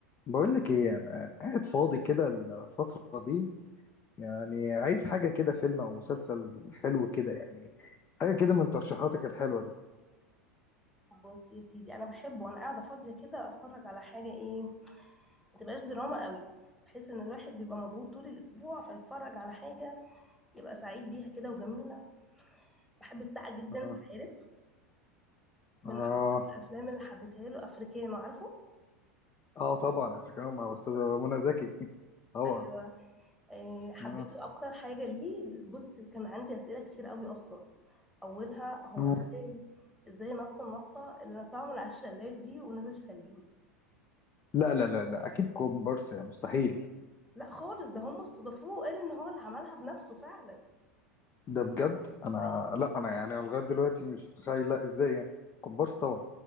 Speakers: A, on the left; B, in the centre.
A: بقول لك ايه انا قاعد فاضي كده الفترة دي يعني عايز حاجة كده فيلم او مسلسل حلو كده يعني حاجة كده من ترشيحاتك الحلوة دي
B: بص يا سيدي انا بحب وانا قاعده فاضيه كده اتفرج على حاجه ايه ما تبقاش دراما قوي بحيث ان الواحد بيبقى مضغوط طول الاسبوع فيتفرج على حاجه يبقى سعيد بيها كده وجميله بحب الساعه جدا
A: اه
B: أنت عارف من
A: اه
B: اكتر الافلام اللي حبيتها له افريكانو عارفه
A: اه طبعا افريكانو مع استاذة منى زكي <laughs> طبعا
B: ايوه إيه حبيته
A: اه
B: اكتر حاجه ليه بص كان عندي اسئله كتير قوي اصلا اولها هو
A: مم.
B: ازاي ازاي نط النطه اللي نطها من على الشلال دي ونزل سليم
A: لا لا لا لا اكيد كومبارس يا مستحيل
B: لا خالص ده هم استضافوه وقال ان هو اللي عملها بنفسه فعلا
A: ده بجد انا
B: أيوة.
A: لا انا يعني لغاية دلوقتي مش متخيل لا ازاي يعني كومبارس طبعا